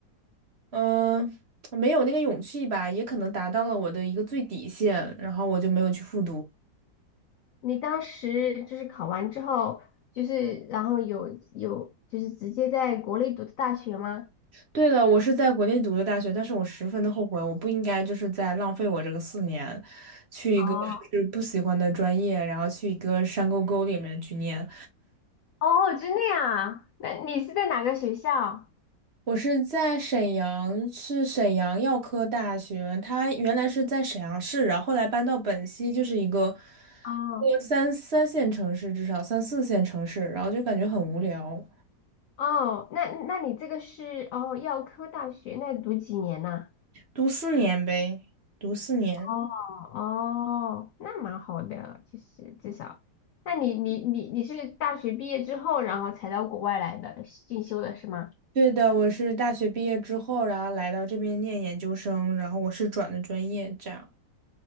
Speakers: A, on the right (about 40°); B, on the left (about 85°).
A: 嗯、没有那个勇气吧，也可能达到了我的一个最底线，然后我就没有去复读。
B: 你当时就是考完之后，就是然后有有就是直接在国内读的大学吗？
A: 对的，我是在国内读的大学，但是我十分的后悔，我不应该就是在浪费我这个四年，去一个就是不喜欢的专业，
B: 哦
A: 然后去一个山沟沟里面去念。
B: 哦，真的呀？那你是在哪个学校？
A: 我是在沈阳，是沈阳药科大学。他原来是在沈阳市，然后后来搬到本溪，就是一个
B: 哦
A: 呃三三线城市，至少三四线城市。然后就感觉很无聊，
B: 哦，那那你这个是哦药科大学，那读几年呐？
A: 读四年呗，读四年。
B: 哦哦，那蛮好的，其实至少，那你你你你是大学毕业之后，然后才到国外来的进修的是吗？
A: 对的，我是大学毕业之后，然后来到这边念研究生，然后我是转的专业，这样。